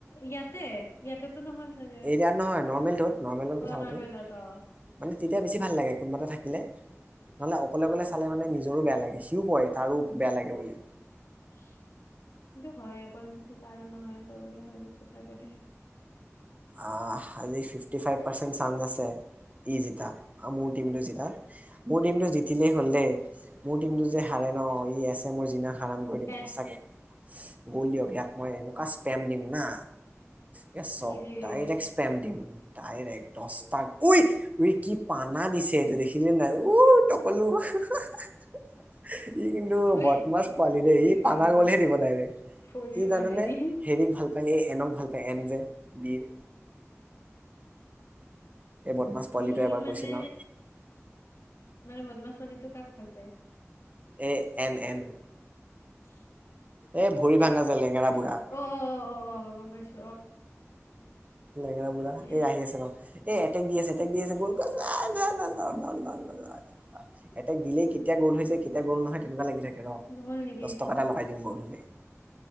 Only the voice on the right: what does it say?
ইয়াত নহয় নৰ্মেলটোত। নৰ্মেলত কথা
পাতো
মানে তেতিয়া বেছি ভাল লাগে কোনোবা এটা থাকিলে। নহ'লে অ অকলে অকলে চালে মানে নিজৰো বেয়া লাগে, সিও কয় তাৰো বেয়া লাগে বুলি।
আহ' আজি ফিফটি ফাইভ পাৰ্চেণ্ট চানচ আছে। ই জিতা মোৰ টিমটো জিতা মোৰ টিমটো জিতিলেই হ'ল দেই। মোৰ টিমটো যে সাৰে ন' ই আছে মোৰ যিনা হাৰাম কৰি দিব
সঁচাকে। গ'ল দিয়ক, ইয়াক মই এনেকুৱা স্পেম দিম না। <unintelligible>
ডাইৰেক্ট
স্পেম
দিম ডাইৰেক্ট দহটাক।
<unintelligible> <inaudible> ই কিন্তু
বদমাছ পোৱালি দেই!
ই
পানা গলেহে দিব ডাইৰেক্ট।
ই জানানে?
হেৰিক ভাল পায়, এই এনক ভাল পায় এন যে বিৰ এই বদমাছ পোৱালিটো
এবাৰ
কৈছিল ন।
এ এন এন
এ ভৰি
ভাঙা যে লেঙেৰা বুঢ়া।
লেঙেৰা বুঢ়া।
এই আহি আছে ৰ! এই এটেক দি আছে, এটেক দি আছে <unintelligible> এটেক দিলেই কেতিয়া গ'ল হৈছে, কেতিয়া গ'ল নহয় তেনেকুৱা লাগি থাকে। ৰ
দহ টকা
এটা লগাই দিম গল হ'লে।